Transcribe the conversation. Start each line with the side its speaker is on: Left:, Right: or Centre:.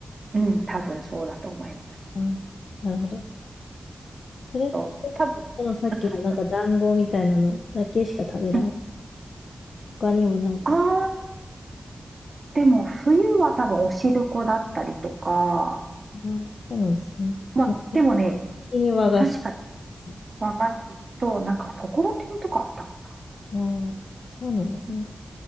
Right: うん、多分そうだと思います。
Left: ああ、なるほど。それって、
Right: と、多分、
Left: そのさっきのなんか団子みたいなのだけしか食べられない。
Right: はい。うんうん
Left: 他にもなんか、
Right: あでも、冬は多分おしるこだったりとか、
Left: ああ、そうなんですね。
Right: まあ、
Left: まあ、基本的に和菓子
Right: でもね、確かに
Left: ですね。
Right: 和菓子と、なんか、ところてんとかあったかな。
Left: ああ、そうなんですね。
Right: うん